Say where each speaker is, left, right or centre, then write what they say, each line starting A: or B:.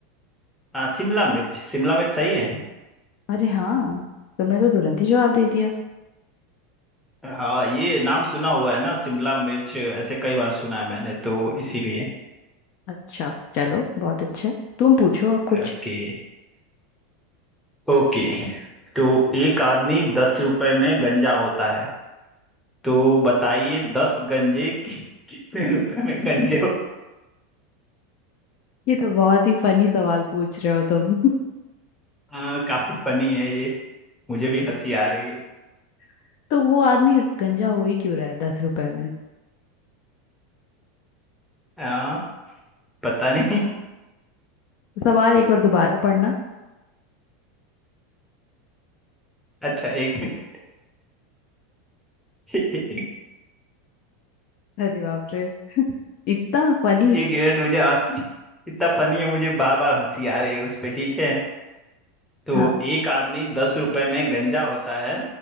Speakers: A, in the centre; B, on the left.
A: हाँ, शिमला मिर्च शिमला मिर्च सही है
B: अरे हाँ तुमने तो तुरंत ही जवाब दे दिया
A: हाँ ये नाम सुना हुआ है ना शिमला मिर्च ऐसे कई बार सुना है मैंने तो इसीलिए
B: अच्छा चलो बहुत अच्छा तुम पूछो अब कुछ
A: ओके ओके तो एक आदमी दस रुपए में गंजा होता है तो बताइए दस गंजे कि- कितने रुपए में गंजे
B: ये तो बहुत ही फनी सवाल पूछ रहे हो तुम
A: हाँ काफी फनी है ये मुझे भी हंसी आ रही है
B: <laughs> तो वो आदमी गंजा हो ही क्यों रहा है दस रुपए में
A: हाँ पता नहीं
B: सवाल एक बार दोबारा पढ़ना
A: अच्छा एक मिनट एक
B: अरे बाप रे इतना फनी
A: एक मिनट मुझे हंसी इतना फनी है मुझे बार बार हंसी आ रही है उस पे ठीक है तो
B: हाँ
A: एक आदमी दस रुपए में गंजा होता है